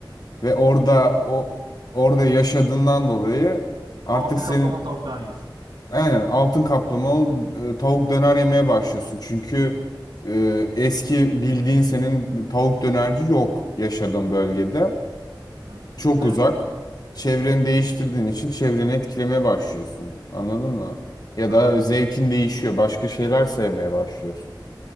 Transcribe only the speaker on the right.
altı
kaplamalı tavuk döner yiyorsun.
Evet.
Ne
yazık ki.
Anladım.